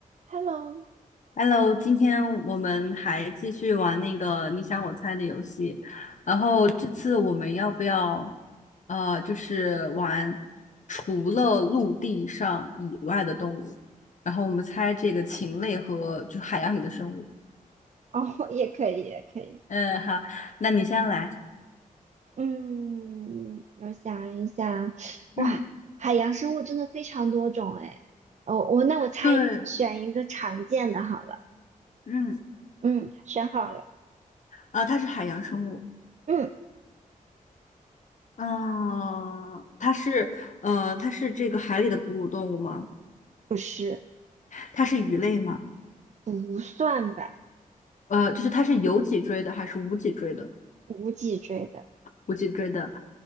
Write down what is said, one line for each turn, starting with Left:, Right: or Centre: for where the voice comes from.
Right: Hello，
Left: Hello，今天我们还继续玩那个你想我猜的游戏，然后这次我们要不要，呃，就是玩除了陆地上以外的动物，然后我们猜这个禽类和就海洋里的生物。
Right: 哦，也可以，也可以。
Left: 嗯，好，那你先来。
Right: 嗯，我想一下，哇，
Left: 嗯，
Right: 海洋生物真的非常多种哎。哦，我那我猜选一个常见的好了。
Left: 对，嗯，
Right: 嗯，选好了。
Left: 啊、它是海洋生物。
Right: 嗯，
Left: 嗯、它是，呃，它是这个海里的哺乳动物吗？
Right: 不是，
Left: 它是鱼类吗？
Right: 不算吧，
Left: 呃，就是它是有脊椎的还是无脊椎的？
Right: 无脊椎的。
Left: 我记追的，